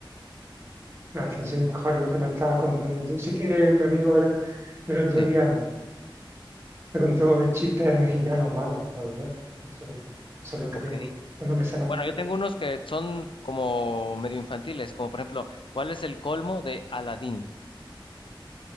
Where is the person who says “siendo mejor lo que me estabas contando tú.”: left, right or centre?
Right